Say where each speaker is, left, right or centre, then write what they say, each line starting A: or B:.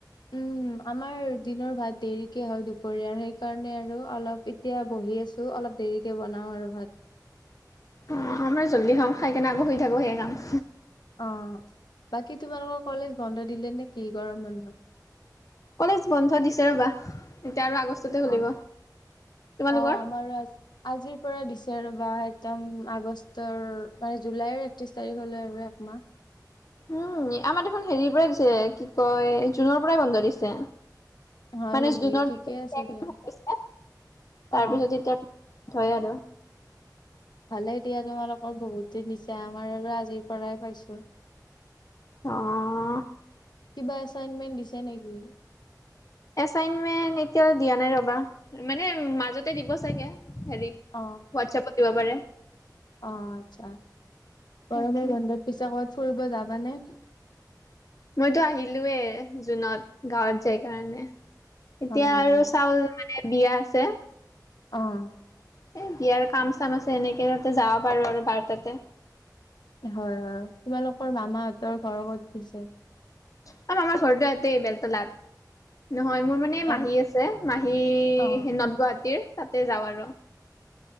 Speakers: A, on the left (about 80°); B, on the left (about 50°).
A: উম আমাৰ দিনৰ ভাত দেৰিকে হয় দুপৰীয়াৰ সেইকাৰণে আৰু <unintelligible> অলপ এতিয়া বহি আছো অলপ দেৰিকে বনাও আৰু ভাত।
B: অ আম জল্দি খাম খাই কেনে আকৌ শুই থাকো সেই কাম <unintelligible>
A: অঁ বাকী তোমালোকৰ কলেজ বন্ধ দিলে নেকি গৰম বন্ধ? <unintelligible>
B: কলেজ বন্ধ দিছে ৰ'বা? <inaudible> আগষ্টতে খুলিব
A: অ
B: তোমালোকৰ
A: অঁ আমাৰো আ <unintelligible> আজিৰ পৰা দিছে ৰ'বা <unintelligible> একদম আগষ্টৰ মানে জুলাইৰ একত্ৰিশ তাৰিখ হলে আৰু একমাহ <unintelligible>
B: উম আমাৰ দেখোন হেৰিৰ পৰাই দিছে কি কয় জুনৰ পৰাই বন্ধ দিছে।
A: হয়
B: মানে
A: নেকি
B: জুনৰ
A: ঠিকে
B: <unintelligible>
A: আছে দিয়া। অ
B: তাৰপিছত এতিয়া হয় আৰু <unintelligible>
A: ভালেই দিয়া তোমালোকৰ বহুত দিন দিছো আমাৰ আৰু আজিৰ পৰাই পাইছো। <unintelligible>
B: অঁ <unintelligible>
A: কিবা এছাইনমেন্ট দিছে নেকি?
B: এচাইনমেন্ট এতিয়ালৈ দিয়া নাই ৰবা মানে মাজতে দিব চাগে? <unintelligible> হেৰিত হোৱাটছএপত
A: অ
B: দিব পাৰে? <unintelligible>
A: অ আচ্ছা <unintelligible> গৰমৰ
B: বাকী
A: মই বন্ধত পিছে কত? ফুৰিব যাবানে?
B: মইতো আহিলোয়ে জুনত গাঁৱত যাই কাৰণে এতিয়া
A: হয় নেকি
B: আৰু চাউল মানে বিয়া আছে।
A: আহ! <unintelligible>
B: এই বিয়াৰ কাম-চাম আছে এনেকে তাতে যাব পাৰো আৰু বাৰ তাতে
A: হয়-হয় তোমালোকৰ মামাহঁতৰ ঘৰ ক'ত পিছে?
B: <unintelligible> মামাৰ ঘৰটো এয়াতে বেলতলাত নহয় মোৰ মানে মাহী
A: এন
B: আছে মাহী
A: অ
B: নৰ্থ গুৱাহাটীৰ তাতে যাওঁ আৰু